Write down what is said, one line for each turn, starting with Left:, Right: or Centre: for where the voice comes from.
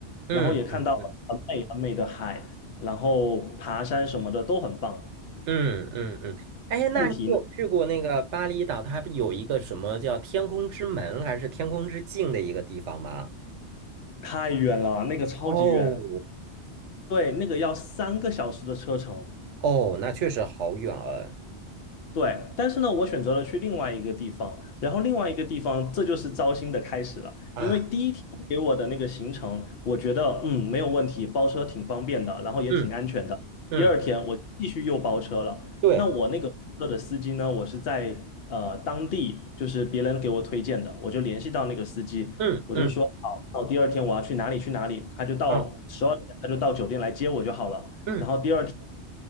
Right: 嗯嗯嗯
Left: 然后也看到了很美很美的海，然后爬山什么的都很棒。
Right: 嗯嗯嗯，哎，那你有去过那个巴厘岛？
Left: 问题呢？
Right: 它有一个什么叫天空之门还是天空之镜的一个地方吗？
Left: 太远了，那个超级远，
Right: 哦
Left: 对，那个要三个小时的车程。
Right: 哦，那确实好远啊
Left: 对，但是呢，我选择了去另外一个地方，然后另外一个地方，这就是糟心的开始了。
Right: 啊！
Left: 因为第一天给我的那个行程，我觉得嗯没有问题，包车挺方便的，然后也挺安全的。
Right: 嗯嗯，
Left: 第二天我继续又包车了，
Right: 对，
Left: 那我那个包车的司机呢，我是在呃当地，就是别人给我推荐的，我就联系到那个司机，
Right: 嗯嗯
Left: 我就说好，那我第二天我要去哪里去哪里，他就到十二点他就到酒店来接我就好了。
Right: 啊嗯
Left: 然后第二天